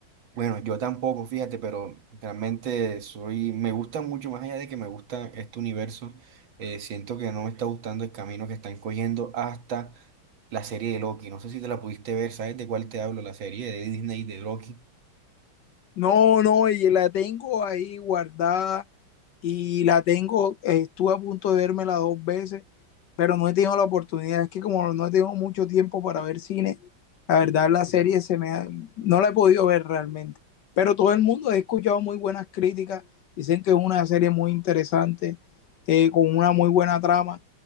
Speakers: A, on the right (about 70°); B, on the left (about 65°).
A: Bueno, yo tampoco, fíjate, pero realmente soy, me gusta mucho, más allá de que me gusta este universo, eh, siento que no me está gustando el camino que están cogiendo hasta la serie de Loki. No sé si te la pudiste ver, ¿sabes de cuál te hablo? La serie de Disney de Loki.
B: No, no, y la tengo ahí guardada y la tengo, eh, estuve a punto de vérmela dos veces, pero no he tenido la oportunidad. Es que como no he tenido mucho tiempo para ver cine, la verdad la serie se me ha- no la he podido ver realmente. Pero todo el mundo he escuchado muy buenas críticas, dicen que es una serie muy interesante, eh, con una muy buena trama.